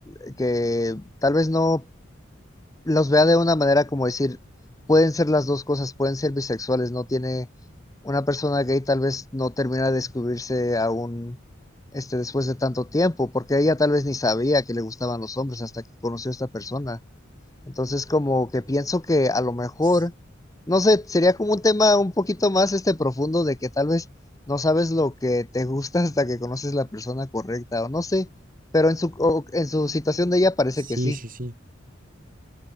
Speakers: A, on the left; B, on the right.
A: y- que tal vez no los vea de una manera como decir, pueden ser las dos cosas, pueden ser bisexuales, no tiene una persona gay tal vez no termina de descubrirse aún este después de tanto tiempo, porque ella tal vez ni sabía que le gustaban los hombres hasta que conoció a esta persona. Entonces como que pienso que a lo mejor
B: Sí,
A: no sé, sería como un tema un poquito más este profundo de que tal vez no sabes lo que te gusta hasta que conoces la persona correcta o no sé, pero en su o- en su situación de ella parece
B: sí,
A: que sí.
B: sí. sí.